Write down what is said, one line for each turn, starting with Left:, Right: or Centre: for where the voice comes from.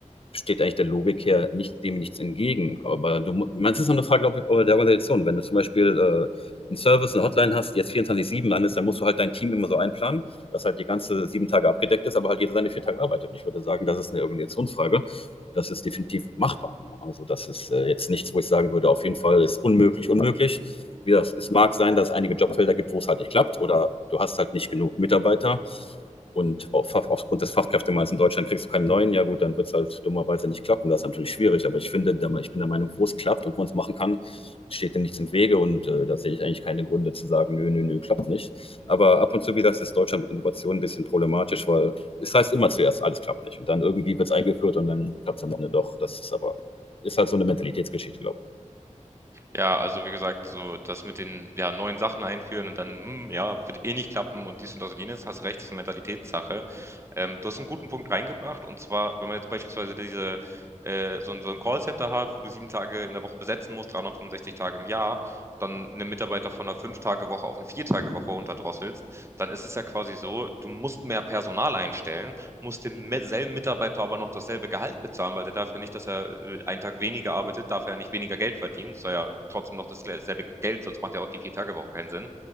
Left: steht eigentlich der Logik her nicht, dem nichts entgegen. Aber du, man, es ist auch eine Frage, glaube ich, der Organisation. Wenn du zum Beispiel äh, einen Service, eine Hotline hast, die jetzt 24-7 landest, dann musst du halt dein Team immer so einplanen, dass halt die ganze sieben Tage abgedeckt ist, aber halt jeder seine vier Tage arbeitet. Ich würde sagen, das ist eine Organisationsfrage das ist definitiv machbar. Ne? Also das ist äh, jetzt nichts, wo ich sagen würde, auf jeden Fall ist unmöglich, unmöglich. Wie das, es mag sein, dass es einige Jobfelder gibt, wo es halt nicht klappt oder du hast halt nicht genug Mitarbeiter und auf, aufgrund des Fachkräftemangels in Deutschland kriegst du keinen neuen. Ja gut, dann wird es halt dummerweise nicht klappen. Das ist natürlich schwierig, aber ich finde, ich bin der Meinung, wo es klappt und wo man es machen kann, steht dem nichts im Wege und äh, da sehe ich eigentlich keine Gründe zu sagen, nö, nö, nö, klappt nicht. Aber ab und zu, wie gesagt, ist Deutschland mit Innovation ein bisschen problematisch, weil es heißt immer zuerst, alles klappt nicht. Und dann irgendwie wird es eingeführt und dann klappt es am Ende doch. Das ist aber, ist halt so eine Mentalitätsgeschichte, glaube ich.
Right: Ja, also wie gesagt, so das mit den ja, neuen Sachen einführen und dann, hm, ja, wird eh nicht klappen und dies und das und jenes, hast recht, ist eine Mentalitätssache. Ähm, du hast einen guten Punkt reingebracht und zwar, wenn man jetzt beispielsweise diese, äh, so ein, so ein Callcenter hat, wo du sieben Tage in der Woche besetzen musst, 365 Tage im Jahr, und dann einen Mitarbeiter von einer Fünf-Tage-Woche auf eine Vier-Tage-Woche runterdrosselst, dann ist es ja quasi so, du musst mehr Personal einstellen muss demselben Mitarbeiter aber noch dasselbe Gehalt bezahlen, weil der darf ja nicht, dass er äh, einen Tag weniger arbeitet, darf er ja nicht weniger Geld verdienen, soll ja trotzdem noch dasselbe Geld, sonst macht ja auch die Vier-Tage-Woche keinen Sinn.